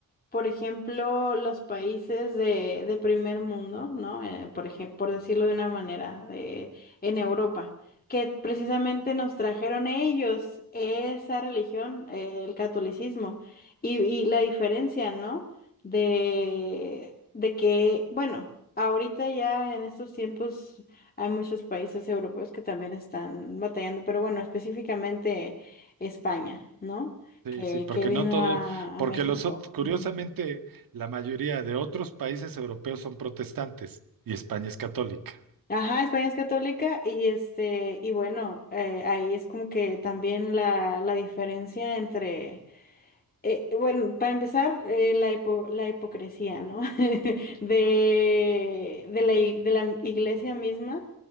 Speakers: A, on the left; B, on the right.
A: por ejemplo, los países de, de primer mundo, ¿no? Eh, por ejemplo, por decirlo de una manera, de, en Europa, que precisamente nos trajeron ellos esa religión, eh, el catolicismo, y, y la diferencia, ¿no? De, de que, bueno, ahorita ya en estos tiempos hay muchos países europeos que también están batallando, pero bueno, específicamente España, ¿no?
B: Sí,
A: Que,
B: sí, porque
A: que vino
B: no todos,
A: a,
B: porque
A: a México.
B: los, ot- curiosamente,
A: Ujú.
B: la mayoría de otros países europeos son protestantes y España es católica.
A: Ajá, España es católica y este, y bueno, eh, ahí es como que también la, la diferencia entre, eh, bueno, para empezar, eh, la hipo- la hipocresía, ¿no? <laughs> De, de la, i- de la iglesia misma,